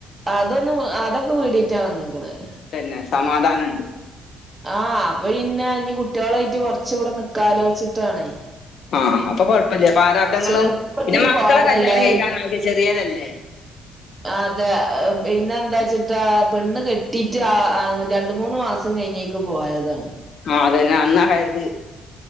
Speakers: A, on the right; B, on the left.
A: അതൊന്നും അതൊ- വീടിട്ടാ വന്ന്ക്കണേ-
B: പിന്നെ സമാധാനുണ്ട്-
A: ആഹ് അപ്പൊ ഇന്നെ ഇ കുട്ടികളായിട്ട് കൊറച്ച് ഇടെ നിക്കലോചിച്ചിട്ടാണേ-
B: ആഹ് അപ്പൊ കൊഴപ്പില്ല പ്രാരാബ്ദങ്ങളും
A: ചെറുപ്പത്തിൽ
B: പിന്നെ മക്കളെ
A: ബോധല്ലേ
B: കല്യാണം കേൾക്കാായിട്ട്
A: ഇത്
B: ചെറിയതല്ലേ-
A: അതെ പിന്നെ എന്താ വെച്ചിട്ടാ പെണ്ണ് കെട്ടിട്ട് ആ ര രണ്ട് മൂന്ന് മാസം കഴിഞ്ഞേക്കും പോയതാണ്-
B: ആ അതന്നെ അന്നാറയത്-